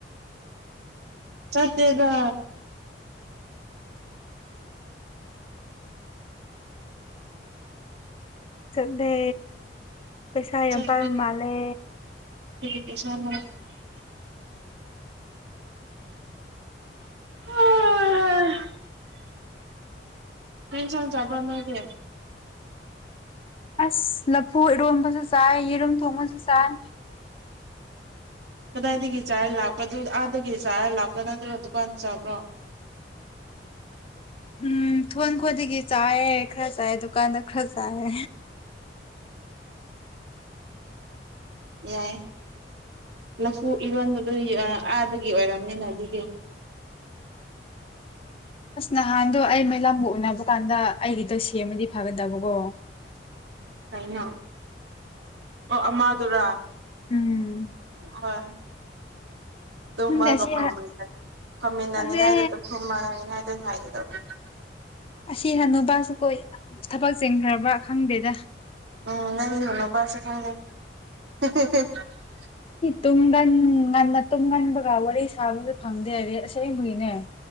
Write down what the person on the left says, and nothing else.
ꯆꯠꯂꯦ ꯄꯩꯁꯥ ꯌꯥꯝ
ꯄꯥꯏꯕ ꯃꯥꯂꯦ
ꯑꯁ ꯂꯐꯨ ꯏꯔꯣꯝ ꯆꯥꯏ ꯌꯦꯔꯨꯝ ꯊꯣꯡꯕꯁꯨ ꯆꯥꯏ
ꯎꯝ ꯊꯣꯟ ꯈꯣꯟꯗꯒꯤ ꯆꯥꯏ ꯈꯔ ꯆꯥꯏ ꯗꯨꯀꯥꯟꯗ ꯈꯔ ꯆꯥꯏ
ꯑꯁ ꯅꯍꯥꯟꯗꯣ ꯑꯩ ꯃꯩꯂꯥꯕꯨ ꯎꯅꯕ ꯀꯥꯟꯗ ꯑꯩꯒꯤꯗꯣ ꯁꯦꯝꯃꯗꯤ ꯐꯒꯗꯕꯀꯣ
ꯎꯝ
ꯈꯪꯗꯦ
ꯁꯤ
ꯈꯪꯗꯦ
ꯑꯁꯤ ꯍꯟꯅꯨꯄꯥꯁꯨ ꯀꯣ ꯊꯕꯛ ꯆꯦꯟꯈ꯭ꯔꯕ꯭ꯔꯥ ꯈꯪꯗꯦꯗ
ꯇꯨꯡꯒꯥꯟ ꯉꯅ ꯇꯨꯡꯒꯥꯟ ꯒ ꯋꯥꯔꯤ ꯋꯥꯔꯤꯁ ꯐꯪꯗꯦ ꯔꯦ ꯑꯁꯦꯡꯕꯨꯒꯤꯅꯦ